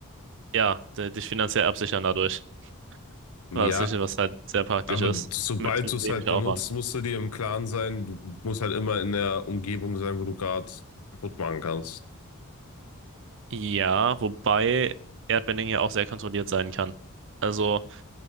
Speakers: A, on the right; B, on the left.
A: ja, d- dich finanziell absichern dadurch,
B: Ja,
A: was, was halt sehr praktisch
B: aber
A: ist,
B: sobald
A: mit wenig
B: du es halt benutzt,
A: Aufwand.
B: musst du dir im Klaren sein, du musst halt immer in der Umgebung sein, wo du gerade kaputt machen kannst.
A: Ja, wobei Erdbending ja auch sehr kontrolliert sein kann. Also